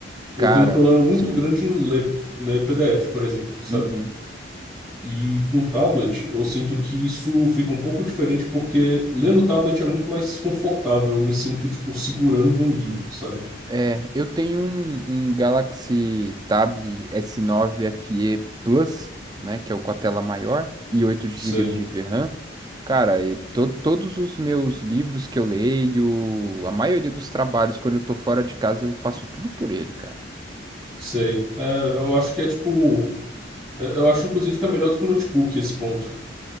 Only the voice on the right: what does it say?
Cara,
sim.
Uhum.
É, eu tenho um, um Galaxy Tab S9 FE Plus, né, que é o com a tela maior e oito GB
de VRAM. Cara, e to- todos os meus livros que eu leio, a maioria dos trabalhos, quando eu tô fora de casa, eu faço tudo por ele, cara.